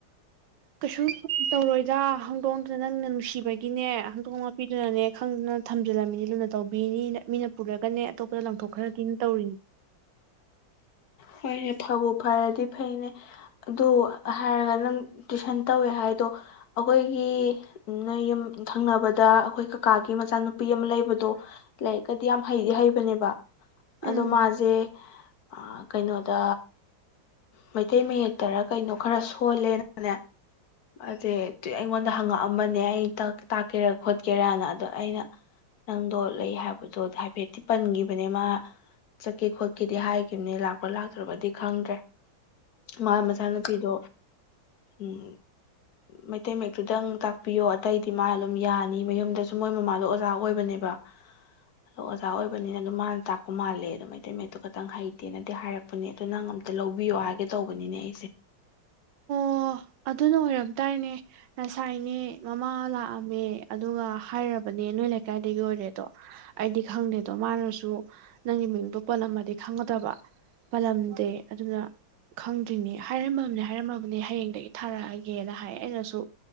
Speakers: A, on the right (about 70°); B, on the left (about 55°).
A: ꯀꯩꯁꯨ ꯇꯧꯔꯣꯏꯗ ꯍꯧꯗꫭꯡꯗꯨ ꯅꯪꯅ ꯅꯨꯡꯁꯤꯕꯒꯤꯅꯦ ꯍꯟꯗꯣꯡꯅ ꯄꯤꯗꯨꯅꯅꯦ ꯈꯪꯗꯅ ꯊꯝꯖꯤꯜꯂꯝꯃꯤꯅꯤ ꯂꯨꯅ ꯇꯧꯕꯤꯅꯤꯅ ꯃꯤꯅ ꯄꯨꯔꯒꯅꯦ ꯑꯇꯣꯞꯄꯗ ꯂꯪꯊꯣꯛꯈ꯭ꯔꯗꯤꯅ ꯇꯧꯔꯤꯅꯤ
B: ꯍꯣꯏꯅꯦ ꯐꯕꯨ ꯐꯔꯗꯤ ꯐꯩꯅꯦ ꯑꯗꯨ ꯍꯥꯏꯔꯒ ꯅꯪ ꯇꯨꯏꯁꯟ ꯇꯧꯋꯦ ꯍꯥꯏꯗꯣ ꯑꯩꯈꯣꯏꯒꯤ ꯅꯣꯏ ꯌꯨꯝ ꯊꯪꯅꯕꯗ ꯑꯩꯈꯣꯏ ꯀꯀꯥꯒꯤ ꯃꯆꯥꯅꯨꯄꯤ ꯑꯃ ꯂꯩꯕꯗꯣ ꯂꯥꯏꯔꯤꯛꯀꯗꯤ ꯌꯥꯝ ꯍꯩꯗꯤ ꯍꯩꯕꯅꯦꯕ
A: ꯎꯝ
B: ꯑꯗꯣ ꯃꯥꯖꯦ ꯑꯥ ꯀꯩꯅꯣꯗ ꯃꯩꯇꯩ ꯃꯌꯦꯛꯇꯔ ꯀꯩꯅꯣ ꯈꯔ ꯁꯣꯜꯂꯦꯅꯅꯦ ꯃꯥꯖꯦ ꯇꯨ ꯑꯩꯉꯣꯟꯗ ꯍꯪꯉꯛꯑꯝꯕꯅꯦ ꯑꯩ ꯇꯥꯛꯀꯦꯔꯥ ꯈꯣꯠꯀꯦꯔꯅ ꯑꯗꯣ ꯑꯩꯅ ꯅꯪꯗꯣ ꯂꯩ ꯍꯥꯏꯕꯗꯣ ꯍꯥꯏꯐꯦꯠꯇꯤ ꯄꯟꯈꯤꯕꯅꯦ ꯃꯥ ꯆꯠꯀꯦ ꯈꯣꯠꯀꯦꯗꯤ ꯍꯥꯏꯒꯤꯕꯅꯦ ꯂꯛ ꯄꯥ ꯂꯥꯛꯇ꯭ꯔꯕꯗꯤ ꯈꯪꯗ꯭ꯔꯦ ꯃꯥ ꯃꯆꯥꯅꯨꯄꯤꯗꯣ ꯎꯝ ꯃꯩꯇꯩ ꯃꯥꯌꯦꯛꯇꯨꯗꯪ ꯇꯥꯛꯄꯤꯌꯣ ꯑꯇꯩꯗꯤ ꯃꯥ ꯑꯗꯨꯝ ꯌꯥꯅꯤ ꯃꯌꯨꯝꯗꯁꯨ ꯃꯣꯏ ꯃꯃꯥꯗꯣ ꯑꯣꯖꯥ ꯑꯣꯏꯕꯅꯦꯕ ꯑꯗꯣ ꯑꯣꯖꯥ ꯑꯣꯏꯕꯅꯤꯅ ꯑꯗꯨꯝ ꯃꯥꯅ ꯇꯥꯛꯄ ꯃꯥꯜꯂꯦ ꯑꯗꯣ ꯃꯩꯇꯩ ꯃꯥꯌꯦꯛꯇꫭ ꯈꯥꯇꯪ ꯍꯩꯇꯦꯅ ꯍꯥꯏꯔꯛꯄꯅꯦ ꯑꯗꯨ ꯅꯪ ꯑꯝꯇ ꯂꯧꯕꯤꯌꯣ ꯍꯥꯏꯒꯦ ꯇꯧꯕꯅꯤꯅꯦ ꯑꯩꯖꯦ
A: ꯑꯣ ꯑꯗꯨꯅ ꯑꯣꯏꯔꯝ ꯇꯔꯅꯦ ꯉꯁꯥꯏꯅꯦ ꯃꯃꯥ ꯂꯥꯛꯑꯝꯃꯦ ꯑꯗꯨꯒ ꯍꯥꯏꯔꯕꯅꯦ ꯅꯣꯏ ꯂꯩꯀꯥꯏꯗꯒꯤ ꯑꯣꯏꯔꯦꯗꯣ ꯑꯩꯗꯤ ꯈꯪꯗꯦꯗꯣ ꯃꯥꯅꯁꯨ ꯅꯪꯒꯤ ꯃꯤꯡꯗꯣ ꯄꯣꯠꯂꯝꯃꯗꯤ ꯈꯪꯒꯗꯕ ꯄꯜꯂꯝꯗꯦ ꯑꯗꯨꯅ ꯈꯪ ꯗꯤꯔꯅꯩ ꯍꯥꯏꯔꯝꯃꯕꯅꯦ ꯍꯥꯏꯔꯝꯃꯕꯅꯦ ꯍꯌꯦꯡꯗꯒꯤ ꯊꯥꯔꯛꯑꯒꯦꯅ ꯍꯥꯏ ꯑꯩꯅꯁꯨ